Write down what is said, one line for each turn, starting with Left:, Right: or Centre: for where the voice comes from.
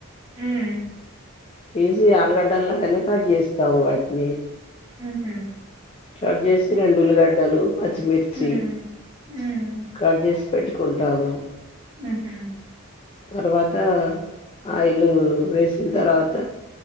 Right: మ్మ్
Left: తీసి ఆలుగడ్డలాగానే కట్ చేస్తాము వాటిని.
Right: మ్ హు
Left: స్టార్ట్ చేసి రెండుల్లిగడ్డలు పచ్చిమిర్చి
Right: ఉమ్ ఉమ్
Left: కట్ చేసి పెట్టుకుంటాము
Right: ఉహు
Left: తర్వాత ఆయిలు వేసిన తర్వాత